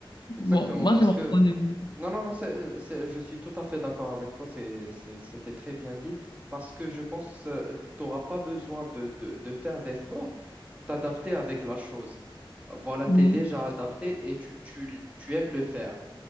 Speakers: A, on the right; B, on the left.
A: Exactement,
B: Bon, moi,
A: parce
B: c'est mon
A: que
B: point de vue.
A: non, non, non, c'est, euh, c'est- je suis tout à fait d'accord avec toi, c'est, c'est- c'était très bien dit, parce que je pense que tu n'auras pas besoin de, de, de faire d'efforts pour t'adapter avec la chose. Voilà, tu
B: Oui.
A: es déjà adapté et tu, tu, l- tu aimes le faire.